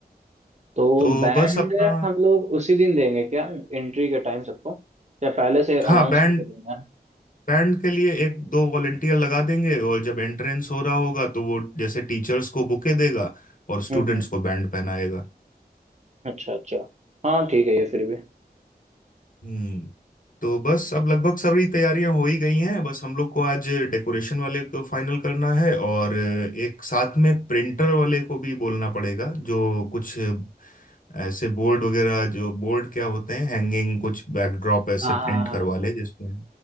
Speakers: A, on the right (about 45°); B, on the left (about 55°).
A: तो
B: तो
A: बैंड
B: बस अपना
A: हम लोग उसी दिन देंगे क्या एंट्री के टाइम सबको या पहले से अनाउंस
B: हाँ बैंड
A: करके देना है
B: बैंड के लिए एक दो वॉलेंटियर लगा देंगे और जब एंट्रेंस हो रहा होगा तो वो जैसे टीचर्स को बुके देगा और स्टूडेंट्स
A: हम्म हम्म
B: को बैंड पहनाएगा
A: अच्छा अच्छा हाँ ठीक है ये फिर भी
B: हम्म तो बस अब लगभग सारी तैयारियां हो ही गई हैं बस हम लोग को आज डेकोरेशन वाले को फाइनल करना है और एक साथ में प्रिंटर वाले को भी बोलना पड़ेगा जो कुछ ऐसे बोर्ड वगैरह जो बोर्ड क्या होते हैं हैंगिंग कुछ बैकड्रॉप ऐसे
A: हाँ हाँ
B: प्रिंट
A: हाँ
B: करवा ले जिसमें